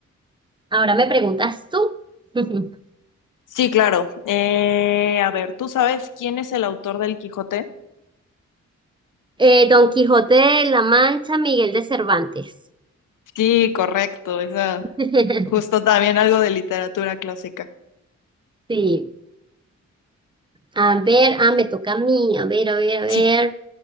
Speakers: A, on the right; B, on the left.
A: Ahora me preguntas tú. <laughs>
B: Sí, claro. Eh, a ver, ¿tú sabes quién es el autor del Quijote?
A: Eh, Don Quijote de la Mancha, Miguel de Cervantes.
B: Sí, correcto. Esa,
A: <laughs>
B: justo también algo de literatura clásica.
A: Sí. A ver, ah, me toca a mí. A ver, a ver, a ver.
B: Sí.